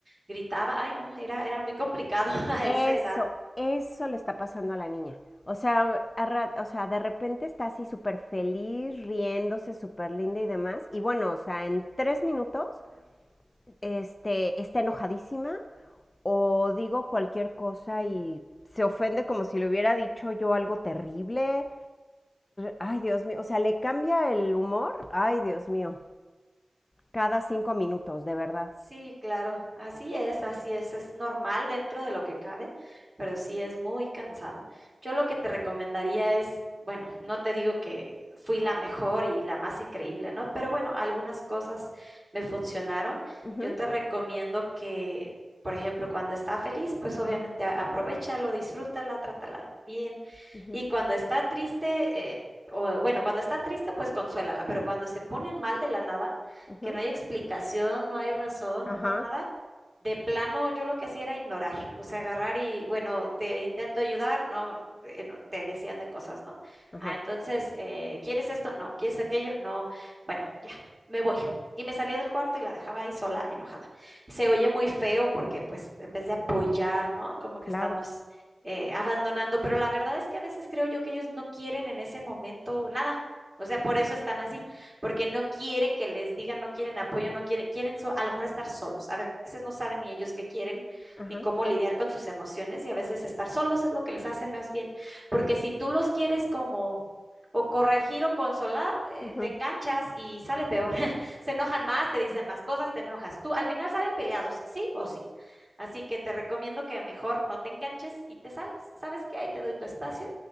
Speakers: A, on the right; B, on the left.
A: gritaba. Ay, no, era, era muy complicado <laughs> a
B: eso,
A: esa edad.
B: eso le está pasando a la niña. O sea, a ra- o sea, de repente está así súper feliz, riéndose, súper linda y demás. Y bueno, o sea, en tres minutos este, está enojadísima o digo cualquier cosa y se ofende como si le hubiera dicho yo algo terrible. Ay, Dios mío, o sea, le cambia el humor. Ay, Dios mío, cada cinco minutos, de verdad.
A: Sí, claro, así es, así es, es normal dentro de lo que cabe, pero sí es muy cansado. Yo lo que te recomendaría es, bueno, no te digo que fui la mejor y la más increíble, ¿no? Pero bueno, algunas cosas me funcionaron.
B: Ujú,
A: Yo te recomiendo que, por ejemplo, cuando está feliz, pues obviamente a- aprovechalo, disfrútala, trátala bien.
B: ujú,
A: Y cuando está triste, eh, o bueno, cuando está triste, pues consuélala, pero cuando se ponen mal de la nada,
B: ujú.
A: que no hay explicación, no hay razón,
B: Ajá,
A: no nada. De plano, yo lo que hacía era ignorar, o sea, agarrar y, bueno, te intento ayudar, no, eh, no, te decían de cosas, ¿no?
B: ajá,
A: Ah, entonces, eh, ¿quieres esto? No, ¿quieres aquello? No, bueno, ya, me voy. Y me salía del cuarto y la dejaba ahí sola, enojada. Se oye muy feo porque, pues, en vez de apoyar, ¿no? Como
B: claro.
A: que estamos eh, abandonando, pero la verdad es que a veces creo yo que ellos no quieren en ese momento nada. O sea, por eso están así porque no quieren que les digan, no quieren apoyo, no quieren, quieren so, a lo mejor estar solos. A veces no saben ni ellos qué quieren,
B: Ajá,
A: ni cómo lidiar con sus emociones y a veces estar solos es lo que les hace más bien, porque si tú los quieres como o corregir o consolar, eh,
B: ujú.
A: te enganchas y sale peor. <laughs> Se enojan más, te dicen más cosas, te enojas tú. Al final salen peleados, sí o sí. Así que te recomiendo que mejor no te enganches y te salgas. ¿Sabes qué? Ahí te doy tu espacio